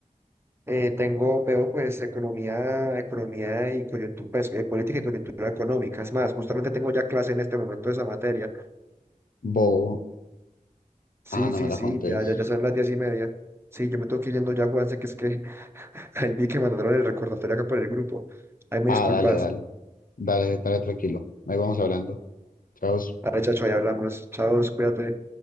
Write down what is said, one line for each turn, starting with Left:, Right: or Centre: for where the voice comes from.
Right: Eh, tengo, veo pues economía, economía y coyuntura, política y coyuntura económica. Es más, justamente tengo ya clase en este momento de esa materia.
Left: Bo.
Right: Sí,
Left: Ah, no
Right: sí,
Left: me
Right: sí,
Left: la contés.
Right: ya, ya, ya son las diez y media. Sí, yo me tengo que ir yendo ya, Juanse, que es que <laughs> ahí vi que mandaron el recordatorio acá por el grupo. Ahí me
Left: Ah,
Right: disculpas.
Left: dale, dale. Dale, dale tranquilo. Ahí vamos hablando. Chao.
Right: Dale, chacho, ahí hablamos. Chao, cuídate.